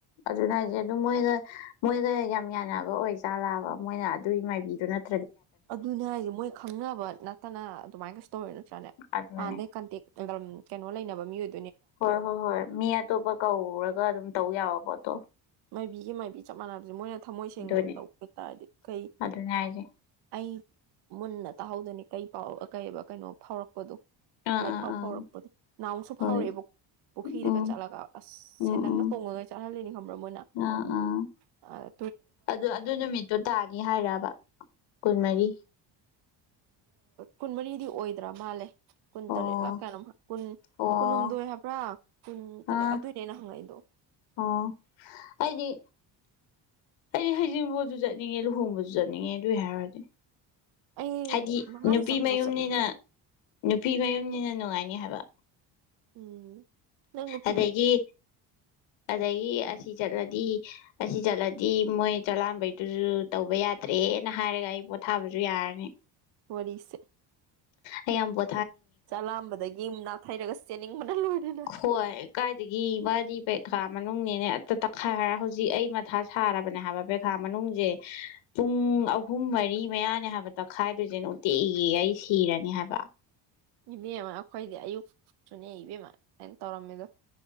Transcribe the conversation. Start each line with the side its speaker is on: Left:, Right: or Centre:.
Left: ꯑꯗꯨꯅ ꯍꯥꯏꯁꯦ ꯑꯗꯨꯝ ꯃꯣꯏꯒ ꯃꯣꯏꯒ ꯌꯥꯝ ꯌꯥꯅꯕ ꯑꯣꯏ ꯆꯥꯔꯥꯕ ꯃꯣꯏꯅ ꯑꯗꯨꯒꯤ ꯃꯥꯏꯕꯤꯗꯨ ꯅꯠꯇ
Right: ꯑꯗꯨꯅꯦ ꯍꯥꯏꯗꯤꯦ ꯃꯣꯏ ꯈꯪꯅꯕ ꯅꯠꯇꯅ ꯑꯗꯨꯃꯥꯏꯅ ꯀꯩꯁꯨ ꯇꯧꯋꯦ ꯅꯠꯇ꯭ꯔꯥꯅꯦ
Left: ꯑꯗꯨꯅꯅꯦ
Right: ꯍꯥꯟꯅꯗꯒꯤꯩ ꯀꯟꯇꯦꯛ ꯀꯩꯅꯣ ꯂꯩꯅꯕ ꯃꯤꯑꯣꯏ
Left: ꯍꯣꯏ ꯍꯣꯏ ꯍꯣꯏ ꯃꯤ ꯑꯇꯣꯞꯄ ꯀꯧꯔꯒ ꯑꯗꯨꯝ ꯇꯧ ꯌꯥꯋ ꯋꯥꯇꯣ
Right: ꯃꯥꯏꯕꯤꯒꯤ ꯃꯥꯏꯕꯤ ꯆꯞ ꯃꯥꯟꯅꯕꯁꯦ ꯃꯣꯏꯅ ꯊꯝꯃꯣꯏ ꯁꯦꯡꯅ
Left: ꯑꯗꯨꯅꯦ
Right: ꯇꯧꯕ ꯍꯥꯏꯇꯥꯔꯗꯤ ꯀꯩ
Left: ꯑꯗꯨꯅꯦ ꯍꯥꯏꯁꯦ
Right: ꯑꯩ ꯃꯨꯟꯅ ꯇꯥꯍꯧꯗꯣꯏꯅꯤ ꯀꯩ ꯄꯥꯎ ꯀꯩ ꯀꯩꯅꯣ ꯐꯥꯎꯔꯛꯄꯗꯣ
Left: ꯑꯥ
Right: ꯂꯥꯏꯐꯥꯎ
Left: ꯑꯥ ꯑꯥ
Right: ꯐꯥꯎꯔꯛꯄꯗꯣ ꯅꯥꯎꯁꯨ
Left: ꯍꯣꯏ
Right: ꯐꯥꯎꯔꯛꯑꯦꯕ ꯄꯨꯈ꯭ꯔꯤꯗꯒ
Left: ꯎꯝ
Right: ꯆꯠꯂꯒ ꯑꯁ
Left: ꯎꯝ
Right: ꯁꯦꯟꯗꯪꯅ
Left: ꯎꯝ
Right: ꯇꯣꯡꯉꯒ ꯆꯠꯍꯜꯂꯤꯅꯤ ꯈ ꯭ꯔꯃꯅꯥ
Left: ꯑꯥ ꯑꯥ
Right: ꯑ
Left: ꯑꯗꯨ ꯑꯗꯨ ꯅꯨꯃꯤꯠꯇꯣ ꯇꯥꯅꯤ ꯍꯥꯏꯔꯔꯕ ꯈꯨꯟꯃꯔꯤ
Right: ꯀꯨꯟꯃꯔꯤꯗꯤ ꯑꯣꯏꯗ꯭ꯔꯥ ꯃꯥꯜꯂꯦ ꯀꯨꯟ
Left: ꯑꯣ
Right: ꯇꯔꯦ ꯂ ꯀꯔꯝ ꯀꯨꯟ
Left: ꯑꯣ
Right: ꯀꯨꯟꯍꯨꯝꯗꯣꯏ ꯍꯥꯏꯕ꯭ꯔꯥ ꯑ ꯀꯨꯟ ꯇꯔꯦꯠ
Left: ꯑꯥ
Right: ꯑꯗꯨꯏꯅꯦ ꯑꯩꯅ ꯍꯪꯉꯛꯏꯗꯣ
Left: ꯑꯣ ꯑꯩꯗꯤ ꯑꯩꯗꯤ ꯍꯩꯖꯤꯡꯕꯥꯎꯁꯨ ꯆꯠꯅꯤꯡꯉꯦ ꯂꯨꯍꯣꯡꯕꯁꯨ ꯆꯠꯅꯤꯡꯉꯦ ꯑꯗꯨꯏ ꯍꯥꯏꯔꯗꯤ
Right: ꯑꯩ
Left: ꯍꯥꯏꯗꯤ
Right: ꯃꯉꯥꯅꯤ
Left: ꯅꯨꯄꯤ
Right: ꯆꯥꯛꯀꯧꯕ
Left: ꯃꯌꯨꯝꯅꯤꯅ
Right: ꯆꯠꯅꯤꯡ
Left: ꯅꯨꯄꯤ ꯃꯌꯨꯝꯅꯤꯅ ꯅꯨꯡꯉꯥꯏ ꯅꯤ ꯍꯥꯏꯕ
Right: ꯎꯝ ꯅ ꯐ
Left: ꯑꯗꯒꯤ ꯑꯗꯒꯤ ꯑꯁꯤ ꯆꯠꯂꯗꯤ ꯑꯁꯤ ꯆꯠꯂꯗꯤ ꯃꯣꯏ ꯆꯂꯥꯝꯕꯩꯗꯨꯁꯨ ꯇꯧꯕ ꯌꯥꯗ꯭ꯔꯦꯅ ꯍꯥꯏꯔꯒ ꯑꯩ ꯄꯣꯊꯥꯕꯁꯨ ꯌꯥꯔꯅꯤ
Right: ꯋꯥꯔꯤꯁꯦ
Left: ꯑ ꯌꯥꯝꯕꯨ
Right: ꯆꯂꯥꯝꯕꯗꯒꯤ ꯑꯃ ꯅꯥꯊꯩꯔꯒ ꯆꯦꯟꯅꯤꯡꯕꯅ ꯂꯣꯏꯔꯅꯤ
Left: ꯍꯣꯏ ꯀꯥꯏꯗꯒꯤ ꯃꯥꯗꯤ ꯄꯩꯈꯥ ꯃꯅꯨꯡꯅꯦꯅꯦ ꯇꯛꯈꯥꯏ ꯍꯥꯏꯔ ꯍꯧꯖꯤꯛ ꯑꯩ ꯃꯊꯥ ꯁꯥꯔꯕꯅꯦ ꯍꯥꯏꯕ ꯄꯦꯈꯥ ꯃꯅꯨꯡꯁꯦ ꯄꯨꯡ ꯑꯍꯨꯝ ꯃꯔꯤ ꯃꯌꯥꯅꯦ ꯍꯥꯏꯕ ꯇꯛꯈꯥꯏꯗꯨꯣꯏꯁꯦ ꯅꯨꯡꯇꯤꯒꯤ ꯑꯩ ꯁꯤꯔꯅꯤ ꯍꯥꯏꯕ
Right: ꯏꯕꯦꯝꯃ ꯑꯩꯈꯣꯏꯗꯤ ꯑꯌꯨꯛ ꯁꯨꯅꯦ ꯏꯕꯦꯝꯃ ꯑꯩꯅ ꯇꯧꯔꯝꯃꯦꯗꯣ